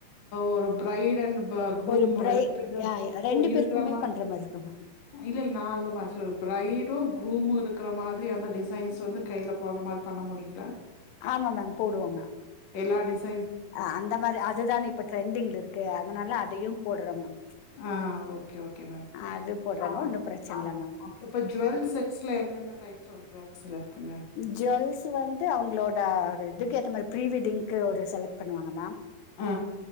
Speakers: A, on the left (about 70°); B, on the left (about 90°).
A: ஒரு பிரைட் அண்ட் குரூம்
B: ஒரு பிரை
A: ரெண்டு பேருமே
B: யா
A: இப்ப
B: ரெண்டு
A: இருக்கிற
B: பேருக்குமே
A: மாரி
B: பண்ற இருக்குங்க
A: இல்ல இல்ல நான் அந்த மாரி சொல்லு ப்ரைடு குரூமு இருக்கற மாதிரி அந்த டிசைன்ஸ் வந்து கைல போடுற மாதிரி பண்ண முடியுங்களா
B: ஆமா மேம் போடுவோ மேம்
A: எல்லா டிசைன்
B: அஹ்ன் அந்த மாரி அதுதானே இப்ப ட்ரெண்டிங்ல இருக்கு அதனால அதையும் போடுறோ மேம்
A: ஆஹ்ன் ஓகே ஓகே மேம்
B: அது போடுறாங்க
A: ஆ
B: ஒன்னு பிரச்சன
A: ஆஹ்ன்
B: இல்ல மேம்
A: இப்ப ஜோவல் செட்ஸ்ல என்னென்ன டைப்ஸ் ஆஃப் ஜோவல்ஸ்ல இருக்குங்க
B: ஜுவல்ஸ் வந்து அவங்களோட இதுக்கு ஏத்த மாரி ப்ரீ வெட்டிங்கு ஒரு செலக்ட் பண்ணுவாங்க மேம்
A: ஆ